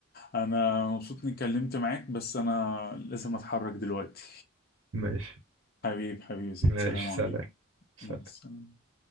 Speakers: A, on the left; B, on the right.
A: أنا مبسوط إني اتكلمت معاك بس أنا لازم أتحرك دلوقتي
B: ماشي
A: حبيب حبيبي يا زياد
B: ماشي
A: سلام عليكم
B: سلام سلام.
A: مع السلامة